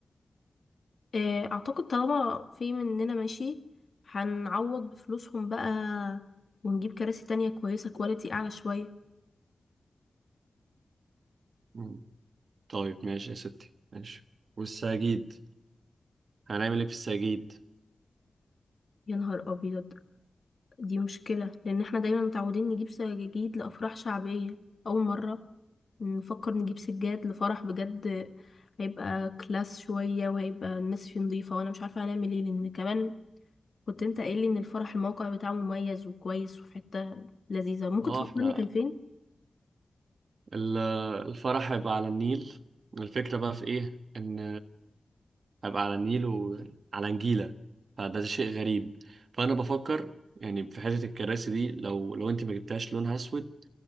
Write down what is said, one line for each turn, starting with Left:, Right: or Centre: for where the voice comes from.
Left: آه، اعتقد طالما في مننا ماشي هنعوض بفلوسهم بقى ونجيب كراسي تانية كويسة كواليتي اعلى شوية
Right: مم. طيب ماشي يا ستي ماشي والسجيد هنعمل ايه في السجيد
Left: يا نهار ابيض دي مشكلة لان احنا دايما متعودين نجيب سجاجيد لافراح شعبية اول مرة نفكر نجيب سجاد لفرح بجد هيبقى كلاس شوية وهيبقى الناس فيه نضيفة وانا مش عارفة هنعمل ايه لان كمان كنت انت قايل لي ان الفرح الموقع بتاعه مميز وكويس وفي حتة لذيذة ممكن
Right: اه
Left: تفكرني
Right: احنا
Left: كان فين
Right: ال- الفرح هيبقى على النيل الفكرة بقى في ايه ان هيبقى على النيل وعلى نجيلة فده شيء غريب فانا بفكر يعني في حتة الكراسي دي لو لو انت ما جبتهاش لونها اسود